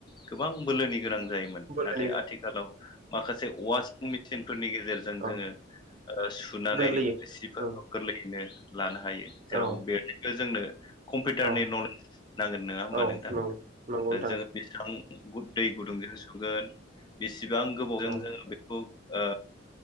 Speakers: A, on the left; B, on the right.
A: गोबां बोलोनि गोनां जायोमोन
B: बोलोनि
A: नाथाय आथिखालाव माखासे वासिं मेसिन फोरनि गेजेरजों
B: औ
A: जोङो सुनानै
B: गोरलैयै
A: सिफोरखौ
B: औ
A: गोरलैयैनो लानो हायो जेराव
B: औ
A: बे जोंनो <inaudible> कमपपिउटारनि
B: औ
A: नले नांगोन नङा होमबा
B: औ
A: नोंथां
B: नंगौ नंगौ नोंथां
A: जोङो बेसेबां दै गुदुंजों सुगोन <inaudible> बेसेबां गोबावजों
B: औ
A: जोङो बेखौ ओ